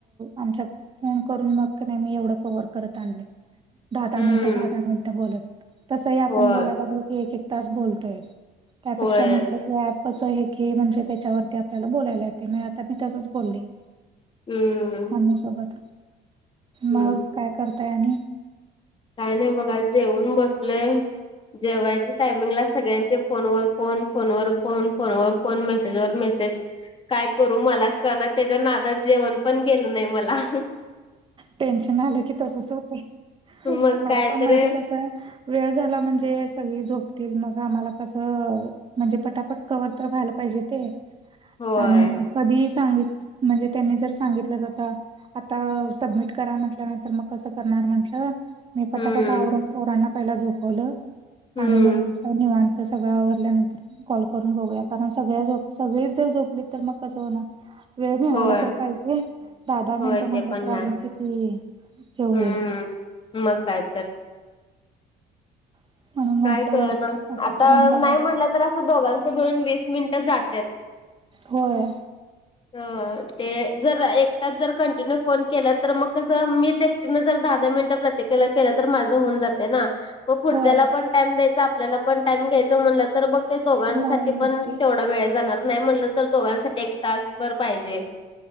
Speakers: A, on the right; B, on the left.
A: आमच्या फोन करून मग नाही मी एवढं कव्हर करत आणले दहा दहा
B: हम्म
A: मिनिटं दहा दहा मिनिटं बोलत तसही आपण
B: होय
A: बोलायला लागलो की एक एक तास बोलतोय त्यापेक्षा
B: होय
A: म्हटलं की अॅप कि म्हणजे त्याच्यावरती आपल्याला बोलायला येते म्ह आता मी तसच बोलले
B: हम्म
A: मम्मी सोबत
B: हम्म.
A: मग काय करताय आणि.
B: काय नाही बघा जेऊन बसलोय जेवयच्या टायमिंगला सगळ्यांचे फोनवर फोन फोनवर फोन फोनवर फोन मेसेजवर मेसेज काय करू मलाच कळणा त्याच्या नादात जेवण पण गेलं नाही मला
A: टेन्शन आलं की तसच होतं
B: मग
A: मला
B: काय
A: पण
B: तरी
A: म्हणजे कसं वेळ झाला म्हणजे सगळी झोपतील मग आम्हाला कसं म्हणजे पटापट कवर तर व्हायला पाहिजे ते
B: होय
A: आणि कधी सांगितल म्हणजे त्यांनी जर सांगितलं आता आता सबमिट करा म्हटल्यानंतर मग कसं करणार म्हंटलं मी पटापट
B: हम्म
A: आवरून पोरांना पहिला झोपवलं
B: हम्म
A: आणि मग म्हटलं निवांत सगळं आवरल्यानंतर कॉल करून बघूया कारण सगळ्या झो सगळेच जर झोपलीत तर मग कसं होणार वेळ मिळाला
B: होय
A: तर पाहिजे दहा दहा
B: होय
A: मिनट म्हणल
B: ते पण
A: तर
B: हाय
A: अजून किती हे होईल
B: हम्म मग काय तर
A: <unintelligible> म्हंटलं
B: काय कळना आता
A: करून बघायचं
B: नाही म्हटलं तर असं दोघांचं मिळून वीस मिनिटं जातात
A: होय
B: <unintelligible> ते जर एकटाच जर कंटिन्यू फोन केला तर मग कसं मीच एक टीन जर दहा दहा मिनट प्रत्येकाला केलं तर माझं होऊन जाते ना म पुढच्याला
A: होय
B: पण टाईम द्यायचा आपल्याला पण टाईम घ्यायचा म्हणलं तर बघ ते दोघांसाठी
A: नाही
B: पण
A: होत ते
B: तेवढा वेळ जाणार नाही म्हटलं तर दोघांसाठी एक तासभर पाहिजे.